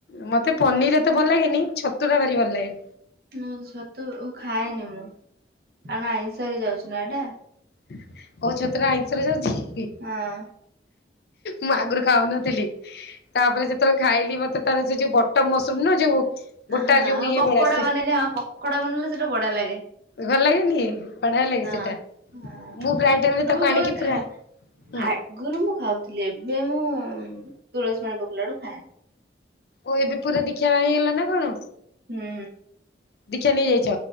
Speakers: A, on the left (about 60°); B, on the right (about 55°).
A: ମତେ ପନିର ଏତେ ଭଲ ଲାଗେନି। ଛତୁଟା ଭାରି ଭଲ ଲାଗେ।
B: ନାଁ ମତେ ଛତୁ ଖାଏନି ମୁଁ। କାରଣ ଆଇଁଷରେ ଯାଉଛି ନା ଏଇଟା।
A: ଓ ଛତୁଟା ଆଇଁଷରେ ଯାଉଛି କି?
B: ହଁ।
A: ମୁଁ ଆଗରୁ ଖାଉନଥିଲି। ତାପରେ ଯେତେବେଳେ ଖାଇଲି ମତେ ତାର ସେ ଯୋଉ ବଟମ୍ ମସରୁମ ନା ଯୋଉ ଗୋଟା
B: ହଁ
A: ଯୋଉ
B: ଆଉ
A: ଇଏ
B: ପକୋଡା
A: ଭଳିଆ ସେ
B: ବନେଇଲେ ହଁ ପକୋଡା ବନେଇଲେ ସେଟା ବଢିଆ ଲାଗେ।
A: ଭଲ ଲାଗେନି ବଢିଆ ଲାଗେ
B: ହଁ
A: ସେଟା।
B: ହଁ
A: ମୁଁ ପ୍ରାୟ ଟାଇମରେ
B: ତ
A: ତାକୁ
B: ମୁଁ କେବେ
A: ଆଣିକି
B: ଖା
A: ପୁରା ହୁଁ
B: ଆଗରୁ ମୁଁ ଖାଉଥିଲି, ଏବେ ମୁଁ ତୁଳସୀମାଳା ପକେଇେଲା ଠୁ ଖାଏନି।
A: ଓ ଏବେ ପୁରା ଦିଖ୍ୟା ହେଇଗଲା ନା କଣ?
B: ହୁଁ,
A: ଦୀକ୍ଷା ନେଇଯାଇଛ